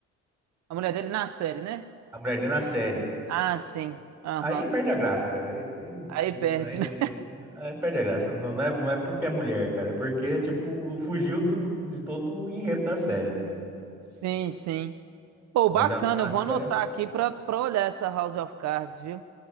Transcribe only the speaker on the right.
A mulher dele na série, né?
Ah, sim. Aham.
Aí perde,
né? <laughs>
Sim, sim. Pô,
bacana,
eu
vou anotar aqui pra, pra olhar essa House of Cards, viu?